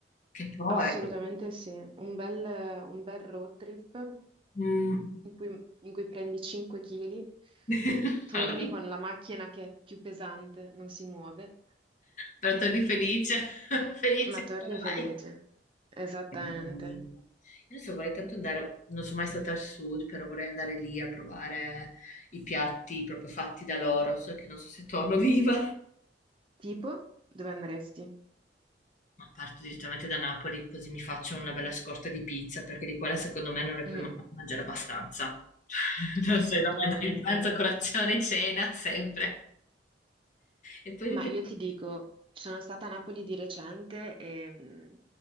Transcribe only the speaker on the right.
Assolutamente sì, un bel, un bel road trip
in cui, in cui prendi 5 kg,
torni con la macchina che è più pesante, non si muove,
ma torni
felice.
Esattamente.
Tipo, dove andresti?
Mhm,
assolutamente.
Ma
io ti dico, sono stata a Napoli di recente e mh,